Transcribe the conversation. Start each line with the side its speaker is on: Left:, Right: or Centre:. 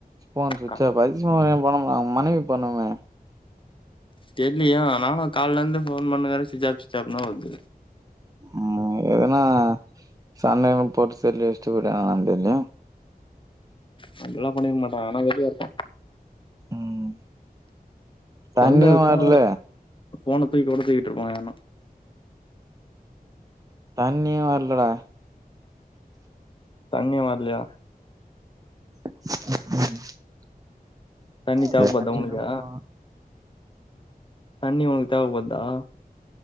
Right: போன் ஸ்சுட்ஆப்
Left: கா-
Right: ஆயி போனே பண்ண மாட்ட அவ மனைவி பண்ணுமே
Left: தெரிலயே நானு கால்ல இருந்து போன் பண்ணுட்டு இருக்குற ஸ்விட்ச் ஆஃப் ஸ்விட்ச் ஆஃப் தா வருது
Right: ம் எங்கன்னா சண்டன்னு போட்டு செல்ல வச்சுட்டு போயிட்டானானு தெர்ல
Left: அப்டி எல்லா பண்ணிருக்க மாட்டா எங்கன்னா வெளிய இருப்பா
Right: ம் தண்ணியு
Left: சொந்த ஃபோன
Right: வர்ல
Left: கூட ஃபோன தூக்கி ஒடச்சிகிட்டு இருப்பாங்க யாருனா
Right: தண்ணியே வர்லடா
Left: தண்ணி வர்லயா?
Right: ம்ம்
Left: தண்ணி தேவைப்படுதா
Right: வராட்டி
Left: உனக்கு
Right: என்ன பண்ணலா
Left: தண்ணி உனக்கு தேவ படுதா